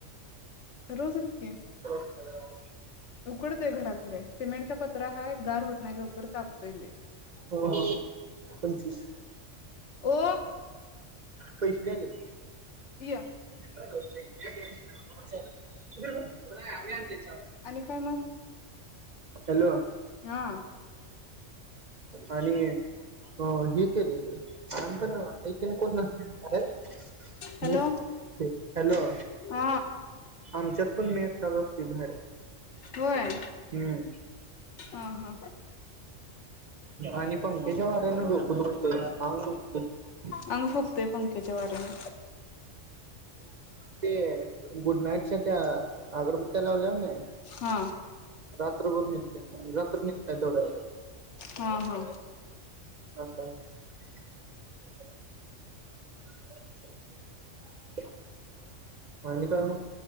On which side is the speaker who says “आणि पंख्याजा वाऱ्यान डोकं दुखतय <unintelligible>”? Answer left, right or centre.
Right